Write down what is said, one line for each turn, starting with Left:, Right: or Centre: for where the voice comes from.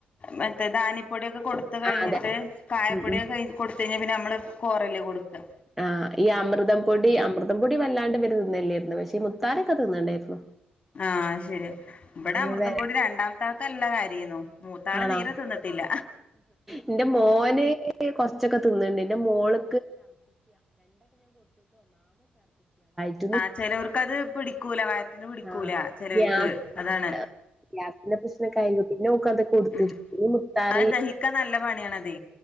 Left: മറ്റേ ധാന്യപ്പൊടിയൊക്കെ കൊടുത്ത് കഴിഞ്ഞിട്ട്
Centre: ആ അതെ
Left: കായപ്പൊടി
Centre: ഉം ഉം
Left: കഴി കൊടുത്ത് കഴിഞ്ഞാ പിന്നെ നമ്മളതന്നല്ലേ കൊടുക്കാ
Centre: ആഹ് ഈ അമൃതം പൊടി <unintelligible>
Left: ആ ശരിയാ ഇവിട
Centre: അപ്പൊ
Left: അമൃതം
Centre: വെ
Left: പൊടി രണ്ടാമത്തെ ആൾക്ക് നല്ല കാര്യമാണ് മൂത്താള്
Centre: ആണോ
Left: തീരെ തിന്നത്തില്ല.
Centre: എന്റെ മോന് കൊറച്ചൊക്കെ തിന്ന് ന്ണ്ട് ന്റെ മോള് <unintelligible>
Left: ആ ചെലോർക്ക് അത് പിടിക്കൂല വയറ്റിന് പിടിക്കൂല
Centre: ആഹ്
Left: ചിലർക്ക്
Centre: ഗ്യാസ്
Left: അതാണ്
Centre: <unintelligible>
Left: ഉം
Centre: ഈ മുത്താറി
Left: അത് ദഹിക്കാൻ നല്ല പണിയാണതെ